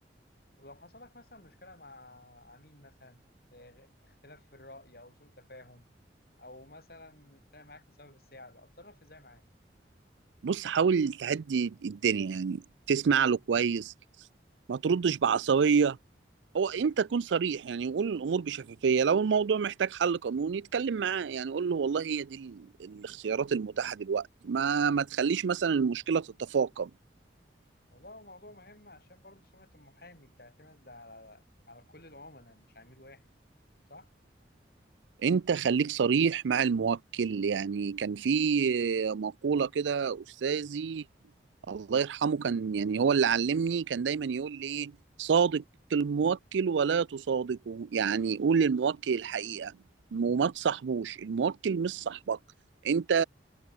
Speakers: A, on the left (about 55°); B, on the right (about 85°).
A: طب لو حصل لك مثلا مشكلة مع عميل مثلا آه، اختلاف في الرأي او سوء تفاهم او مثلا اتخانق معاك بسبب السعر اتصرف ازاي معاه
B: بص حاول تهدي الدنيا يعني تسمع له كويس ما تردش بعصبيه هو انت كن صريح يعني قول الامور بشفافيه لو الموضوع محتاج حل قانوني اتكلم معاه يعني قول له والله هي دي ال- الاختيارات المتاحه دلوقتي ما ما تخليش مثلا المشكله تتفاقم
A: والله هو موضوع مهم عشان برضه سمعة المحامي بتعتمد على على كل العملاء مش عميل واحد صح
B: انت خليك صريح مع الموكل يعني كان في مقوله كده استاذي الله يرحمه كان يعني هو اللي علمني كان دايما يقول لي إيه، صادق الموكل ولا تصادقه يعني قول للموكل الحقيقة وما تصاحبوش الموكل مش صاحبك انت